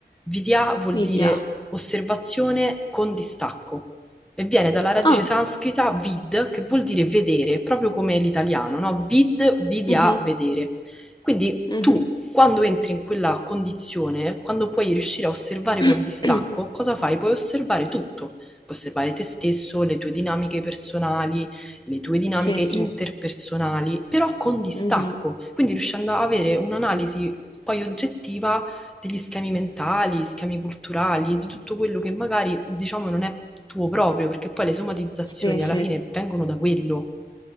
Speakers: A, in the centre; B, on the left.
A: Vidya vuol
B: Media.
A: dire osservazione con distacco e viene dalla radice
B: Ah,
A: sanscrita vid, che vuol dire vedere, proprio come l'italiano, no? Vid, vidya,
B: mhm,
A: vedere. Quindi
B: mhm.
A: tu, quando entri in quella condizione, quando puoi riuscire a osservare
B: <clears throat>
A: con distacco, cosa fai? Puoi osservare tutto. Puoi osservare te stesso, le tue dinamiche personali, le tue dinamiche
B: Sì,
A: interpersonali,
B: sì,
A: però con distacco,
B: Mhm,
A: quindi riuscendo a avere un'analisi poi oggettiva degli schemi mentali, schemi culturali, di tutto quello che magari diciamo non è tuo proprio, perché poi le somatizzazioni
B: sì, sì.
A: alla fine vengono da quello.